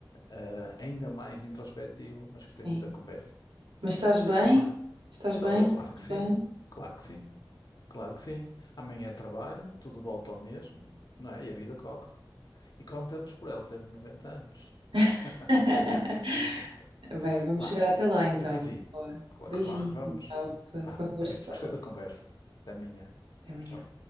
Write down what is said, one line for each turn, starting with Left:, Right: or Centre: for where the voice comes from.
Left: ah, ainda mais introspectivo, mas gostei muito
Right: sim.
Left: da conversa.
Right: Mas estás bem?
Left: Vá.
Right: Estás
Left: Estou,
Right: bem?
Left: claro
Right: Tudo
Left: que sim,
Right: bem?
Left: claro que sim, claro que sim. Amanhã é trabalho, tudo volta ao mesmo, não é? E a vida corre. E quando estamos por ela, temos 90 anos.
Right: <laughs>
Left: <laughs>
Right: Bem, vamos
Left: Vá,
Right: chegar até lá então.
Left: beijinho.
Right: Boa.
Left: Cla-
Right: Beijinho,
Left: Claro, que vamos.
Right: tchau. Foi,
Left: Vá,
Right: foi um gosto
Left: beijo.
Right: falar
Left: Gostei
Right: contigo.
Left: da conversa. Até amanhã.
Right: Até amanhã.
Left: Tchau.